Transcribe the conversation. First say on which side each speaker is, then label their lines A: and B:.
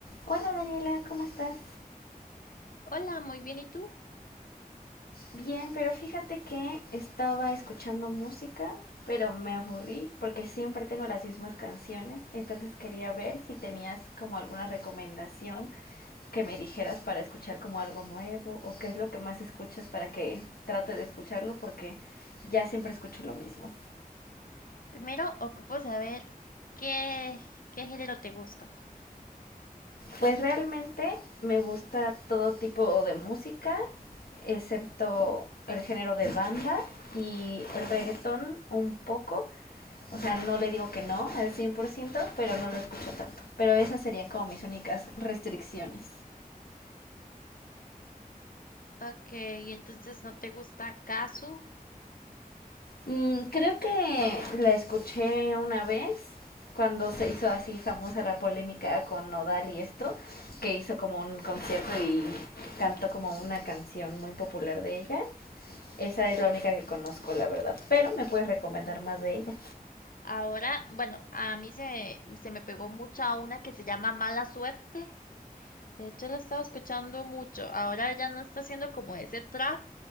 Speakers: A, on the left (about 85°); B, on the left (about 65°).
A: Hola Daniela, ¿cómo estás?
B: Hola, muy bien, ¿y tú?
A: Bien, pero fíjate que estaba escuchando música, pero me aburrí porque siempre tengo las mismas canciones, entonces quería ver si tenías como alguna recomendación que me dijeras para escuchar como algo nuevo o qué es lo que más escuchas para que trate de escucharlo porque ya siempre escucho lo mismo.
B: Primero ocupo saber qué, qué género te gusta.
A: Pues realmente me gusta todo tipo de música, excepto el género de banda y el reggaetón un poco, O sea, no le digo que no al 100%, pero no lo escucho tanto. Pero esas serían como mis únicas restricciones.
B: Ok, entonces no te gusta Kazu.
A: Mm, creo que la escuché una vez cuando se hizo así famosa la polémica con Nodal y esto, que hizo como un concierto y cantó como una canción muy popular de ella. Esa es la única que conozco, la verdad. Pero me puedes recomendar más de ella.
B: Ahora, bueno, a mí se, se me pegó mucha una que se llama Mala Suerte. De hecho, la he estado escuchando mucho. Ahora ya no está haciendo como ese trap,